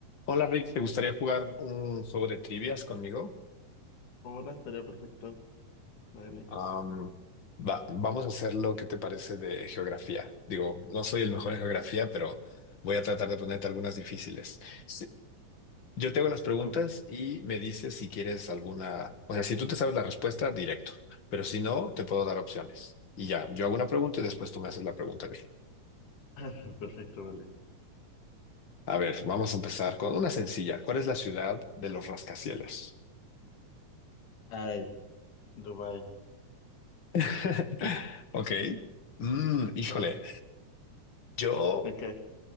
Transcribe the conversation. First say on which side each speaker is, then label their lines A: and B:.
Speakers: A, on the left; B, on the left.
A: Hola Rick, ¿te gustaría jugar un juego de trivias conmigo?
B: Hola, estaría perfecto. Dale.
A: Am, va- vamos a hacer lo que te parece de geografía. Digo, no soy el mejor en geografía, pero voy a tratar de ponerte algunas difíciles. Si- yo te hago las preguntas
B: Ah,
A: y me dices si quieres alguna, o sea, si tú te sabes la respuesta, directo, pero si no, te puedo dar opciones. Y ya, yo hago una pregunta y después tú me haces la pregunta a mí.
B: <laughs> perfecto, vale.
A: A ver, vamos a empezar con una sencilla. ¿Cuál es la ciudad de los rascacielos?
B: Ay, Dubái.
A: <laughs> Ok. Mm, híjole.
B: Ay,
A: Yo,
B: ok.